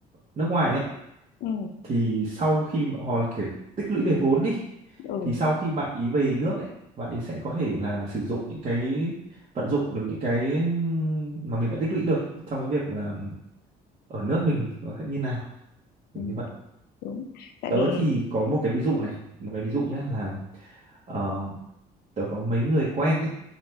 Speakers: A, on the right (about 40°); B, on the left (about 75°).
A: nước ngoài ấy
B: ừ,
A: thì sau khi mà- hoặc là kiểu tích lũy về vốn đi
B: ừ,
A: thì sau khi bạn ý về nước ấy bạn ý sẽ có thể là sử dụng những cái vận dụng được những cái mà mình đã tích lũy được trong cái việc là ở nước mình nó sẽ như nào kiểu
B: ừ,
A: như vậy
B: đúng tại
A: tớ
B: vì
A: thì có một cái ví dụ này một cái ví dụ nhé là ờ, tớ có mấy người quen ấy